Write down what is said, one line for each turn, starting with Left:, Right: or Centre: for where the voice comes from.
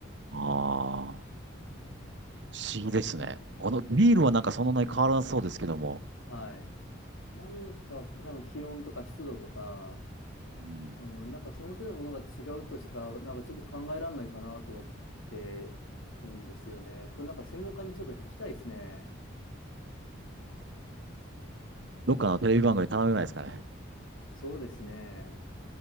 Right: ああー。不思議ですね。
Left: うん
Right: このビールはなんかそんなに変わらなそうですけども、
Left: はい。なんか、多分気温とか湿度とか、
Right: うん、
Left: うん、なんかその手のものが違うとしか、なんかちょっと考えられないかなと思ってるんですよね。これなんか専門家にちょっと聞きたいですね。
Right: どっかのテレビ番組に頼めないですかね。
Left: そうですね。